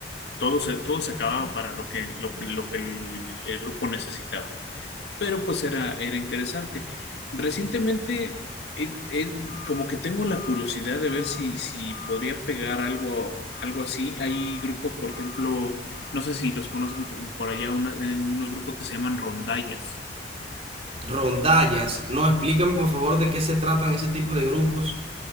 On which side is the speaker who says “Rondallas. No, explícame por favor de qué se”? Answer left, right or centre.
Right